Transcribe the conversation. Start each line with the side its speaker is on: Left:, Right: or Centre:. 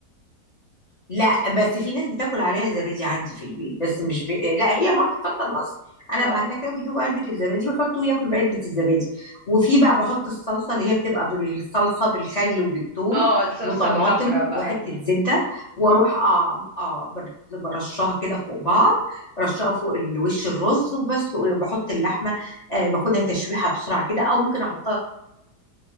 Left: لا بس في ناس بتاكل عليها زبادي عندي في البيت بس مش بي... لا هي برضه بتفضل مصر انا
Right: اه
Left: بعملها كده بيجيبوا علبه الزبادي ويحطوا ياكلوا بعلبه الزبادي وفي
Right: مم.
Left: بقى بحط الصلصه اللي هي بتبقى بالصلصه بالخل وبالثوم
Right: اه الصلصة
Left: وطماطم
Right: الحمراء بقى
Left: وحته
Right: دي
Left: زبده واروح أ- أ- بر- برشها كده فوق بعض رشها
Right: اه
Left: فوق الوش الرز وبسلق بحط اللحمه آه، باخدها تشويحه بسرعه كده او ممكن احطها